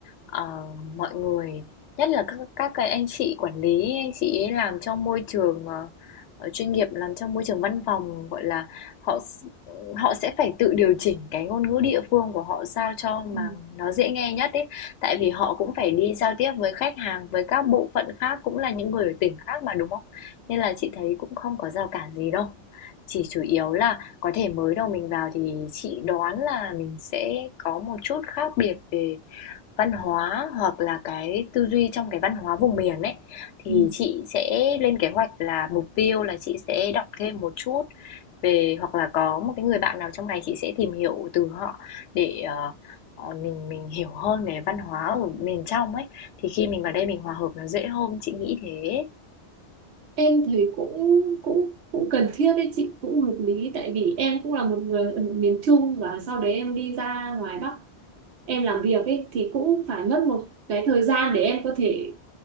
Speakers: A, on the left (about 80°); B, on the right (about 70°).
A: ờ, mọi người nhất là các các cái anh chị quản lý anh chị ấy làm trong môi trường ờ, ờ, chuyên nghiệp làm trong môi trường văn phòng gọi là họ s- họ sẽ phải tự điều chỉnh cái ngôn ngữ địa phương của họ sao cho
B: Ừ.
A: mà nó dễ nghe nhất ấy tại vì họ cũng phải đi giao tiếp với khách hàng với các bộ phận khác cũng là những người ở tỉnh khác mà đúng không nên là chị thấy cũng không có rào cản gì đâu chỉ chủ yếu là có thể mới đầu mình vào thì chị đoán là mình sẽ có một chút khác biệt về văn hóa hoặc là cái tư duy trong cái văn hóa vùng miền ấy. Thì
B: Ừ.
A: chị sẽ lên kế hoạch là mục tiêu là chị sẽ đọc thêm một chút về hoặc là có một cái người bạn nào trong này chị sẽ tìm hiểu từ họ để ờ, ờ, mình mình hiểu hơn về văn hóa ở miền trong ấy. Thì khi mình vào đây mình hòa hợp nó dễ hơn, chị nghĩ thế.
B: em thấy cũng cũng cũng cần thiết đấy chị cũng hợp lý tại vì em cũng là một người ở miền Trung và sau đấy em đi ra ngoài Bắc em làm việc ấy thì cũng phải mất một cái thời gian để em có thể